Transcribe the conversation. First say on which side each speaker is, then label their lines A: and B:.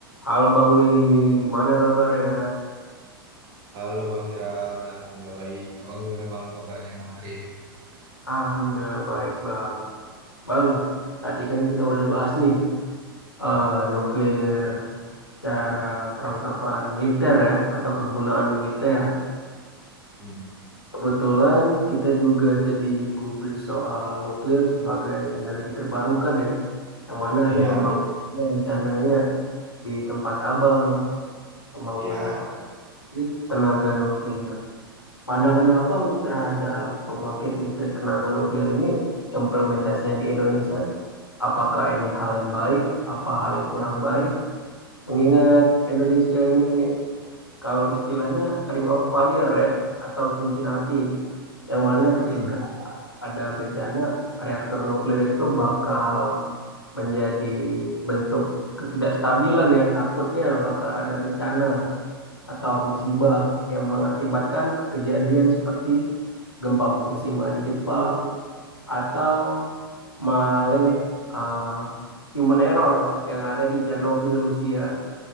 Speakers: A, on the left; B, on the right.
A: Halo Bang Willy, gimana kabar ya?
B: Halo Bang Jeran, Alhamdulillah baik. Abang gimana Bang kabarnya malam hari ini?
A: Alhamdulillah baik Bang. Bang, tadi kan kita udah bahas nih eh, nuklir cara perangkapan militer ya atau kegunaan militer.
B: Hmm.
A: Kebetulan kita juga tadi Google soal nuklir sebagai energi terbarukan ya, yang mana
B: Iya,
A: ada pembangunannya rencananya di tempat Abang, pembangunan
B: iya.
A: pabrik tenaga nuklir. Pandangan abang terhadap pembangkit listrik tenaga nuklir ini, implementasinya di Indonesia, apakah ini hal yang baik, apa hal yang kurang baik? Mengingat Indonesia ini, kalau istilahnya ring of fire ya, atau cincin api, yang mana
B: Hmm,
A: ketika ada bencana, reaktor nuklir itu bakal menjadi bentuk ketidakstabilan ya, takutnya bakal ada bencana atau musibah yang mengakibatkan kejadian seperti gempa Fukushima di Jepang atau malah nih uh, human error yang ada di Chernobyl Rusia